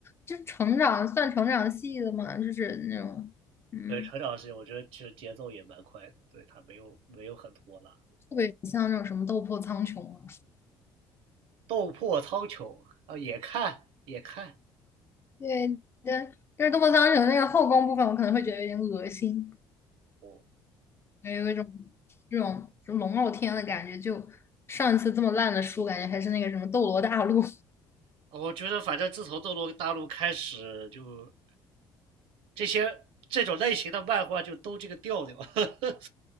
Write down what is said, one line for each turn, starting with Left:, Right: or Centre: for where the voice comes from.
Left: 就成长算成长系的嘛，就是那种，嗯，
Right: 对，成长是我觉得其实节奏也蛮快的，对他没有没有很拖拉。
Left: 特别像那种什么《斗破苍穹》啊。
Right: 斗破苍穹啊，也看也看。
Left: 对，对，就是斗破苍穹》那个后宫部分，我可能会觉得有点恶心，
Right: 哦，
Left: 也有一种这种就龙傲天的感觉。就上一次这么烂的书，感觉还是那个什么《斗罗大陆》，
Right: 我觉得反正自从《斗罗大陆》开始就这些这种类型的漫画就都这个调调。<laughs>